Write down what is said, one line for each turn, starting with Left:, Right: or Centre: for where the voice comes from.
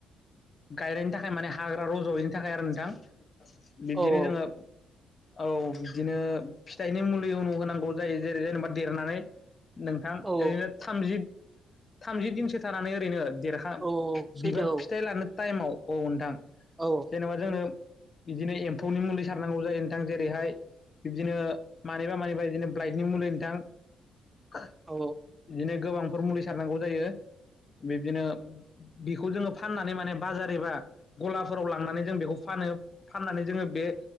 Left: गायनायनि थाखाय माने हाग्रा रजयैनि थाखाय आरो नोंथां बिब्दिनो
Right: औ
Left: जोङो
Right: औ
Left: औ बिदिनो फिथाइनि मुलि उनाव होनांगौ जायो जेरै जेनेबा देरनानै नोंथां
Right: औ
Left: ओरैनो थामजि थामजि दिनसो थानानै ओरैनो देरखां
Right: औ सैथो
Left: बिबार फिथाइ लानो टाइमाव औ नोंथां
Right: औ
Left: जेनेबा जोंनो बिदिनो एम्फौनि मुलि सारनांगौ जायो नोंथां जेरैहाय बिब्दिनो मानिबा मानिबा बिदिनो ब्लाइडनिं मुलि नोंथां बिदिनो
Right: औ
Left: गोबांफोर मुलि सारनांगौ जायो बिबदिनो बिखौ जोङो फाननानै माने बाजार एबा गलाफोराव लांनानै जों बेखौ फानो फाननानै जोङो बे